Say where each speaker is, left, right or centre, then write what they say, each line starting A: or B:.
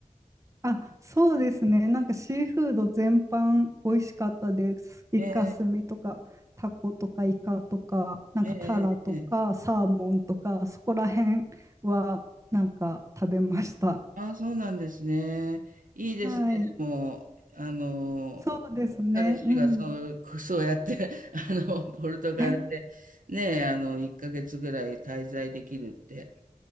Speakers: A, on the right (about 20°); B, on the right (about 80°).
A: あ、そうですね。なんかシーフード全般美味しかったです。イカスミとか、
B: ええ、
A: タコとかイカとか、なんかタラとか、
B: ええ、ええ。
A: サーモンとか、そこら辺はなんか食べました。
B: ああ、そうなんですね。いいですね。
A: はい。
B: でも、あの、
A: そうですね。
B: 彼氏がそう、
A: うん。
B: そうやって、<laughs> あの、ポルトガルで、
A: <laughs>
B: ねえ、あの、1ヶ月ぐらい滞在できるって、